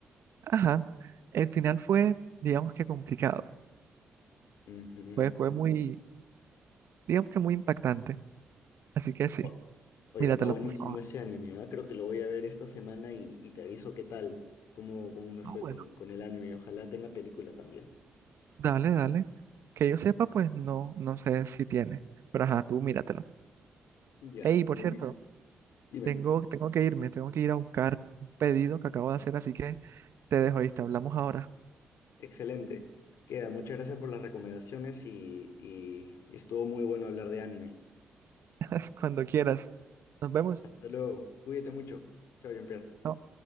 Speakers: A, on the right; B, on the left.
A: Ajá. El final fue, digamos que complicado.
B: Ujú.
A: Fue, fue muy, digamos que muy impactante. Así que sí,
B: O- Oye,
A: míratelo,
B: está buenísimo
A: por favor.
B: ese anime, ¿verdad? Creo que lo voy a ver esta semana y, y te aviso qué tal, cómo, cómo me fue
A: Ah, bueno.
B: con, con el anime. Ojalá tenga película también.
A: Dale, dale. Que yo sepa, pues no, no sé si tiene. Pero ajá, tú míratelo.
B: Ya,
A: Ey, por
B: buenísimo.
A: cierto,
B: Dime,
A: tengo, tengo que irme, tengo que ir a buscar un pedido que acabo de hacer, así que te dejo ahí, te hablamos ahora.
B: excelente. Queda, muchas gracias por las recomendaciones y, y y estuvo muy bueno hablar de anime.
A: <laughs> Cuando quieras. Nos vemos.
B: Hasta luego, cuídate mucho. Chao, Jean-Pierre.
A: Chao.